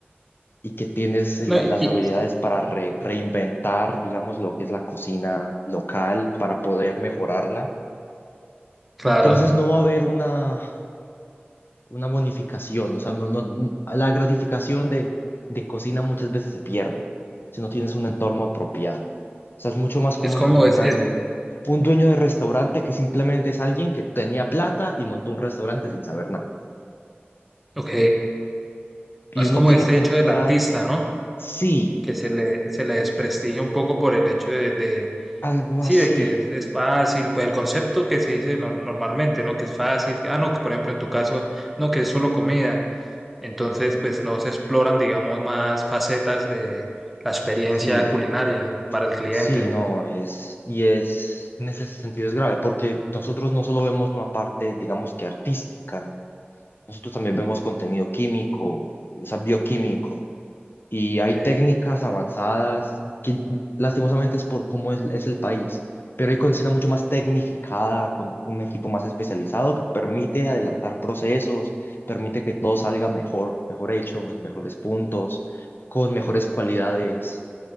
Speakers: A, on the left (about 60°); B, in the centre.
A: y que tienes eh,
B: No,
A: la-
B: y-
A: las
B: y-
A: habilidades para re- reinventar, digamos, lo que es la cocina local, para poder mejorarla.
B: claro,
A: Entonces no va a haber una una bonificación, o sea, no, no, la gratificación de, de cocina muchas veces se pierde si no tienes un entorno apropiado. O sea, es mucho más común
B: es como
A: encontrar
B: es, es,
A: un, un dueño de restaurante que simplemente es alguien que tenía plata y montó un restaurante sin saber nada.
B: ok,
A: Y
B: es
A: uno
B: como
A: tiene
B: este
A: que
B: hecho
A: entrar,
B: del artista, ¿no?
A: sí,
B: Que se le, se le desprestigia un poco por el hecho de, de-
A: algo
B: sí,
A: así,
B: de que es es fácil, pues el concepto que se dice no- normalmente, ¿no? Que es fácil, que, ah, no, que por ejemplo en tu caso, no, que es solo comida. Entonces, pues no se exploran, digamos, más facetas de la experiencia
A: sí.
B: culinaria para el cliente.
A: Sí, no, es, y es, en ese sentido es grave, porque nosotros no solo vemos una parte, digamos que artística, nosotros también vemos contenido químico, o sea, bioquímico, y hay
B: Ok,
A: técnicas avanzadas que lastimosamente es por cómo es, es el país, pero hay cocina mucho más tecnificada, con un equipo más especializado que permite adelantar procesos, permite que todo salga mejor, mejor hecho, en mejores puntos, con mejores cualidades,